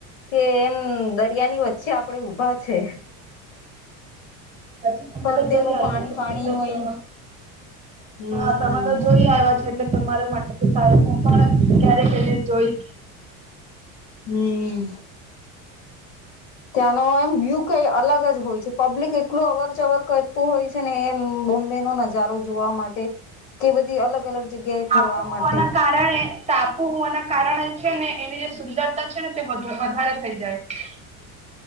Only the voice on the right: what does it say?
પછી તમારે
ઘરે આવીયો
એટલે <unintelligible>
હા તમારા જોઈ આવ્યા છે. એટલે તમારા માટેતો સારું હું પણ ક્યારેક જઈને જોઈ
ટાપું
ઓના કા સે ને, ટાપુ હોવાના કારણે છે ને એની જે સુંદરતા છેને તે વધ વધારે થઈ જાય.